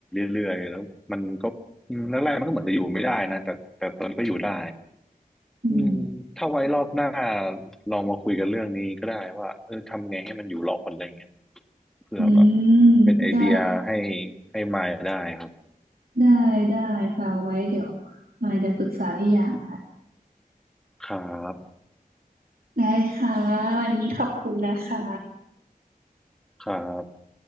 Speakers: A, in the centre; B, on the right (about 75°).
A: เรื่อยๆแล้วมันก็อืมแรกๆมันก็เหมือนจะอยู่ไม่ได้นะแต่แต่ตอนนี้ก็อยู่ได้
B: อืม
A: อืมถ้าไว้รอบหน้าลองมาคุยกันเรื่องนี้ก็ได้ว่าเออทำไงให้มันอยู่รอดอะไรเงี้ยเผื่อแบบ
B: อืม
A: เป็นไอเดียให้
B: ได้
A: ให้มายได้ครับ
B: ได้ได้ค่ะไว้เดี๋ยวมายจะปรึกษาพี่อย่างนะ
A: ครับ
B: ได้ค่ะวันนี้ขอบคุณนะคะ
A: ครับ